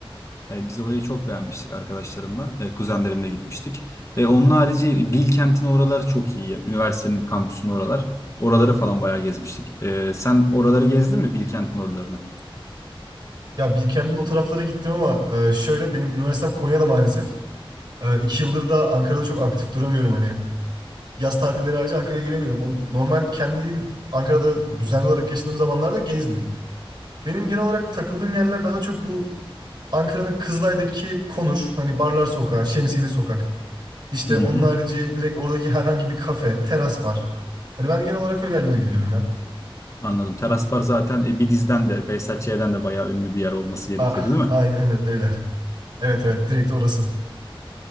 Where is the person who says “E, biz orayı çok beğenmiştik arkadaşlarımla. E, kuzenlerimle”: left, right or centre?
Left